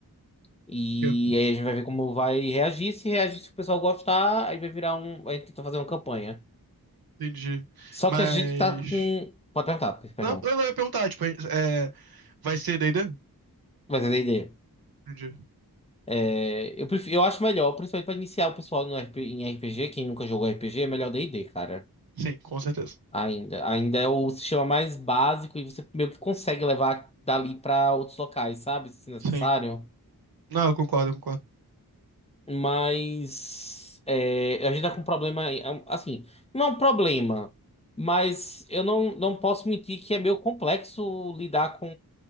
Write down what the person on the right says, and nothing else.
Que-
Entendi.
Mas.
Não, eu não ia perguntar, tipo, é, vai ser D&D?
Entendi.
Sim, com certeza.
Sim. Não, eu concordo, eu concordo.